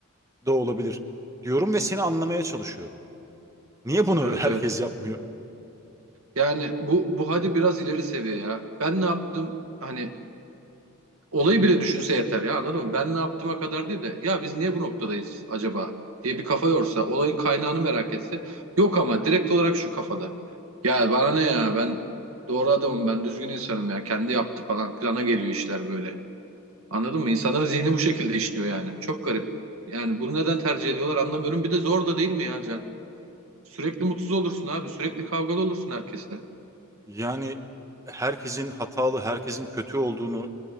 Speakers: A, on the right; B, on the right.
A: olabilir diyorum ve seni anlamaya çalışıyorum. Niye bunu
B: Evet
A: <laughs> herkes
B: evet.
A: yapmıyor?
B: Yani bu bu hadi biraz ileri seviye ya. Ben ne yaptım? Hani olayı bile düşünse yeter ya anladın mı? Ben ne yaptığıma kadar değil de ya biz niye bu noktadayız acaba diye bir kafa yorsa, olayın kaynağını merak etse. Yok ama direkt olarak şu kafada. Ya bana ne ya ben doğru adamım ben düzgün insanım ya kendi yaptı falan plana geliyor işler böyle. Anladın mı? İnsanların zihni bu şekilde işliyor yani. Çok garip. Yani bunu neden tercih ediyorlar anlamıyorum. Bir de zor da değil mi ya Can? Sürekli mutsuz olursun abi. Sürekli kavgalı olursun herkesle.
A: Yani herkesin hatalı, herkesin kötü olduğunu